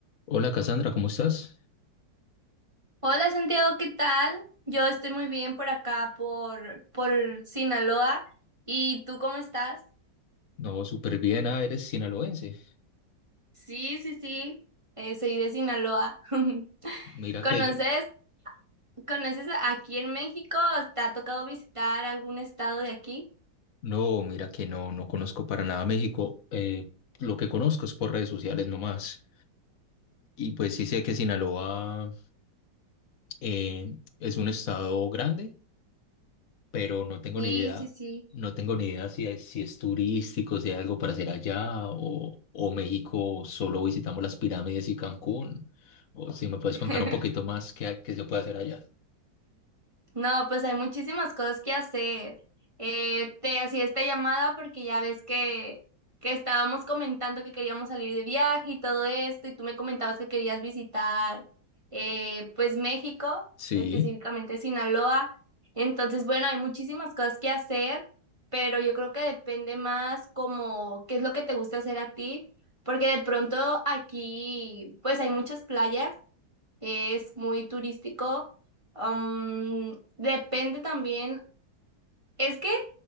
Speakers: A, on the left; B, on the right.
A: Hola Cassandra, ¿cómo estás?
B: Hola Santiago, ¿qué tal? Yo estoy muy bien por acá, por, por Sinaloa. ¿Y tú cómo estás?
A: No, súper bien, ah, eres sinaloense.
B: Sí, sí, sí, eh, soy de Sinaloa. <laughs>
A: Mira
B: ¿Conoces,
A: que yo,
B: conoces aquí en México? ¿Te ha tocado visitar algún estado de aquí?
A: no, mira que no, no conozco para nada México. eh, lo que conozco es por redes sociales nomás. Y pues sí sé que Sinaloa eh, es un estado grande, pero no tengo
B: Sí,
A: ni idea,
B: sí, sí.
A: no tengo ni idea si es, si es turístico, si hay algo para hacer allá, o, o México solo visitamos las pirámides y Cancún. O si me puedes
B: <laughs>
A: contar un poquito más qué, qué se puede hacer allá.
B: No, pues hay muchísimas cosas que hacer. Eh, te hacía esta llamada porque ya ves que, que estábamos comentando que queríamos salir de viaje y todo esto, y tú me comentabas que querías visitar eh, pues México,
A: Sí,
B: específicamente Sinaloa. Entonces, bueno, hay muchísimas cosas que hacer, pero yo creo que depende más como qué es lo que te gusta hacer a ti, porque de pronto aquí pues hay muchas playas es muy turístico. um, depende también, es que